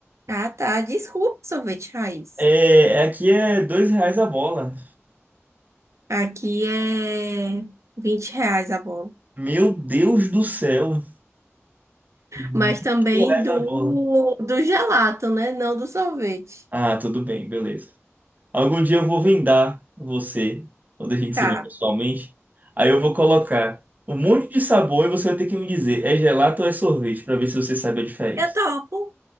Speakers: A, on the right; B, on the right.
A: Ah, tá. Desculpa, sorvete raiz.
B: É, aqui é dois reais a bola.
A: Aqui é 20 reais a bola.
B: Meu Deus do céu. 20
A: Mas também
B: reais
A: do,
B: a bola.
A: do gelato, né? Não do sorvete.
B: Ah, tudo bem, beleza. Algum dia eu vou vendar você, quando a gente
A: Tá.
B: se vê pessoalmente. Aí eu vou colocar um monte de sabor e você vai ter que me dizer, é gelato ou é sorvete, pra ver se você sabe a diferença.
A: Eu topo.